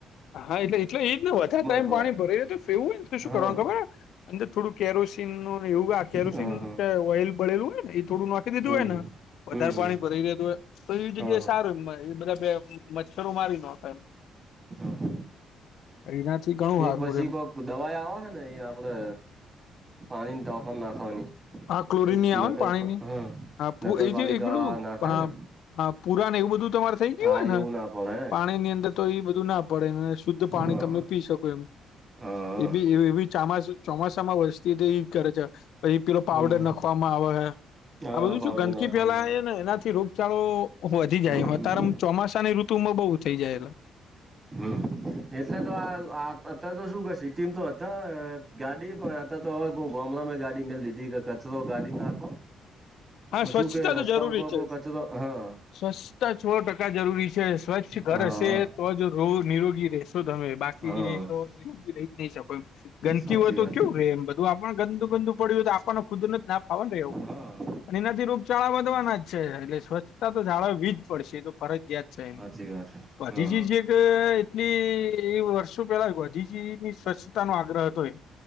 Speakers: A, on the left; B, on the right.
A: હા એટલે એટલે એ જ ને વધારે ટાઈમ
B: પડાય
A: પાણી ભરે તો ફેવું હોય તો શું
B: હા
A: કરવાનું ખબર અંદર થોડું કેરોસીન ન એવું કેરોસીન
B: હા હા
A: ઓઇલ બળેલું હોય ને એ થોડું ના દીધું
B: હમ
A: હોય
B: હમ
A: ને
B: હમ
A: વધારે
B: હમ
A: પાણી ભરી દેતું હોય તો એ
B: હા
A: જગ્યાએ
B: હા
A: સારું બધા મચ્છરો મારી નાખાય એમ.
B: હા હા
A: એનાથી ઘણું
B: એક
A: સારું
B: પછી
A: એમ
B: કોઈક દવાઈ આવે છે ને એ આપડે પાણી ટોંકામ નાખવાની.
A: હા ક્લોરીન
B: ક
A: ની આવે
B: નગર
A: ને પાણીની
B: હ
A: હા
B: નગરપાલિકા
A: પુ- એ જે એક પેલું
B: નાખે
A: પા-
B: ને
A: હા પુર ને એવું બધું તમારે થઇ ગયું
B: હા
A: હોય
B: એવું
A: ને
B: ના પડે હે
A: પાણી ની અંદર તો એ બધું ના પડે શુદ્ધ પાણી
B: હા
A: તમે
B: હા
A: પી શકો એમ.
B: હા હા
A: એ બી એ બી ચમાસ ચોમાસામાં વસ્તી તે એ કરે છે પછી પીલો
B: હમ
A: પાવડર નાખવામાં આવે હ
B: હા
A: આ બધું
B: પાવડર
A: શ ગંદકી
B: નાખવામાં
A: ફેલાય ને એનાથી રોગચળો વધી
B: આવે
A: જાય
B: હમ
A: હ અત્યારે
B: હમ
A: ચોમાસા ની ઋતુમાં બહુ થઈ જાય એ.
B: હમ એટલે તો આ અત તો શું કર સિ ટીમ તો હતા ગાડી પણ તો હવે કો ગમળમાં ગાડી મેલ દીધી કે કચરો ગાડી નાખો.
A: હ હા
B: તો
A: સ્વચ્છતા
B: શું કે
A: તો
B: રસ્તા
A: જરૂરી
B: ઉપર કોઈ
A: છે.
B: કચરો હા
A: સ્વચ્છતા સ ટકા જરૂરી છે. સ્વચ્છ ઘર
B: હા
A: હશે તો જ રો નિરોગી રહેશે. તમે બાકીનો
B: હા
A: નિરોગી રહી જ નહી શકો એમ ગંદકી
B: સાચી
A: હોય
B: વાત
A: તો કેવું રે એમ તો આપણ ગંદુ ગંદુ પડ્યું તો આપણને ખુદરને જ નાવાનુંનેું
B: હા
A: અને એનાથી રોગચાળા વધવાના જ છે એટલે સ્વચ્છતા તો જાળોવીીજ પડશે તો ફરજિયાયાત
B: સાચી વાત હા
A: એ પજી જે એટલી એ વર્ષો પેલા ગાંધીજી ની સ્વચ્છતા નો આગ્રહ હતો એ